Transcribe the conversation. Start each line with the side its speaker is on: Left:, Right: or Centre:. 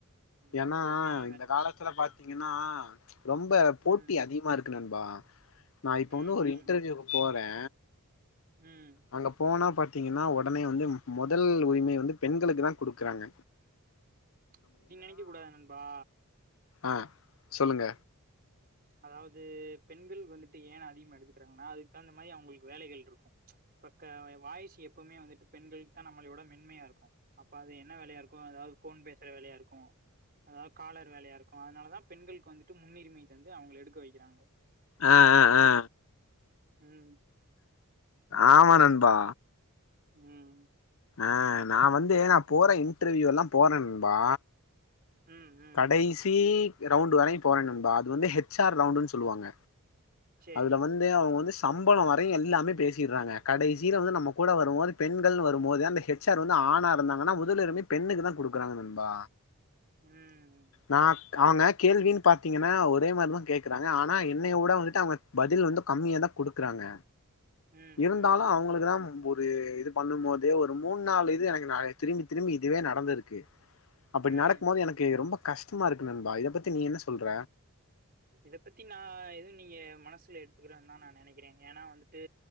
Right: உம்
Left: ஏன்னா
Right: பொறுமையா
Left: இந்த காலத்துல பாத்தீங்கன்னா <inaudible> ரொம்ப போட்டி
Right: ம்
Left: அதிகமா இருக்கு நண் பா நா இப்ப
Right: ம்
Left: வந்து ஒரு
Right: ம்
Left: இன்டர்வியூக்கு போறே
Right: ம்
Left: அங்க போனா பாத்தீங்கன்னா ஒடனே வந்து மொதல் உரிமை வந்து பெண்களுக்கு தா குடுக்கறாங்க
Right: அப்டி நெனைக்க கூடாது நண்பா
Left: ஆ சொல்லுங்க
Right: அதாவுது பெண்கள் வந்துட்டு ஏன அதிகமா எடுத்துக்கிறாங்கனா அதுக் தகுந்த மாரி அவுங்குளுக் வேலைகள் இருக்கோ ச்ச பக்கா எ வாய்ஸ் எப்போமே வந்துட்டு பெண்களுக்தா நம்மளியோட மென்மையா இருக்கோ அப்ப அது என்னே வேலையா இருக்கோ அதாவது ஃபோன் பேசுற வேலையா இருக்கோ அதாவது காலர் வேலையா இருக்கோ அதுனாலதா பெண்களுக் வந்துட்டு முன்னிரிமை தந்து அவுங்கள எடுக்கா வைக்கிறாங்கே
Left: ஆ ஆ ஆ
Right: ம்
Left: ஆமா நண்பா
Right: ம்
Left: ஆ, நா வந்து நா போறே இன்டர்வியூ எல்லா போறே நண்பா
Right: ம், ம்.
Left: கடைசி ரவுண்ட் வரையு போறே நண்பா அது வந்து ஹெச் ஆர் ரவுண்டுன்னு சொல்லுவாங்க
Right: சரி.
Left: அதுல வந்து அவங்க வந்து சம்பளம் வரையு எல்லாமே பேசிட்றாங்க கடைசில வந்து நம்ம கூட வரும்போது பெண்கள்னு வரு ம்மோதா அந்த ஹெச் ஹெச் ஆர் வந்து ஆனா இருந்தாங்கன்னா முதல்வுரிமை பெண்ணுக்குதா குடுக்குறாங்க நண்பா,
Right: ம்,
Left: நா அவங்க கேள்வின்னு பாத்தீங்கன்னா ஒரே மாரிதா கேக்குறாங்க, ஆனா என்னயவுட வந்துட்டு அவங்க பதில் வந்து கம்மியாதா குடுக்குறாங்க,
Right: ம்,
Left: இருந்தாலு
Right: ம்,
Left: அவங்களுக்குதா ஒரு இது பண்ணும்போதே ஒரு மூணு நாலு இது எனக்கு ந திரும்பி திரும்பி இதுவே நடந்திருக்கு அப்டி
Right: ம்.
Left: நடக்கும் போது எனக்கு ரொம்ப கஷ்டமா இருக்கு நண்பா, இத பத்தி நீ என்ன சொல்ற
Right: இத பத்தி நா எதுவு நீங்க மனசுல எடுத்துக்கிறேன்னு தா நா நெனைக்கிறே ஏன்னா வந்துட்டு